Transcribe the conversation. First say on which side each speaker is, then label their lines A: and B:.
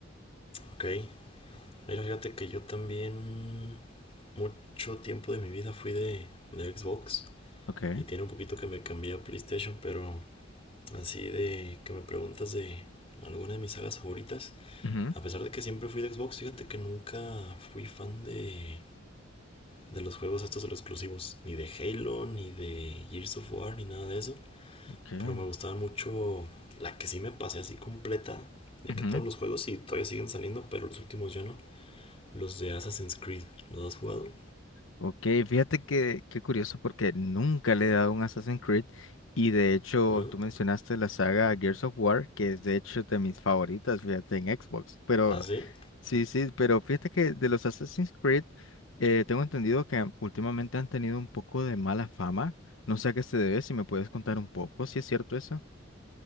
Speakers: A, on the left; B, on the left.
A: Ok. Mira, fíjate que yo también mucho tiempo de mi vida fui de, de Xbox
B: Ok.
A: y tiene un poquito que me cambié a PlayStation, pero así de que me preguntas de alguna de mis sagas favoritas,
B: Ujú,
A: a pesar de que siempre fui de Xbox, fíjate que nunca fui fan de, de los juegos estos de los exclusivos, ni de Halo, ni de Gears of War, ni nada de eso.
B: ok.
A: Pero me gustaba mucho la que sí me pasé así completa. De
B: Ujú.
A: que todos los juegos sí todavía siguen saliendo, pero los últimos ya no. Los de Assassin's Creed. ¿Los has jugado?
B: Ok, fíjate que qué curioso porque nunca le he dado un Assassin's Creed y de hecho
A: ¿No?
B: tú mencionaste la saga Gears of War, que es de hecho de mis favoritas, fíjate, en Xbox, pero
A: ¿Ah, sí?
B: Sí, sí, pero fíjate que de los Assassin's Creed, eh, tengo entendido que últimamente han tenido un poco de mala fama. No sé a qué se debe, si me puedes contar un poco, si es cierto eso.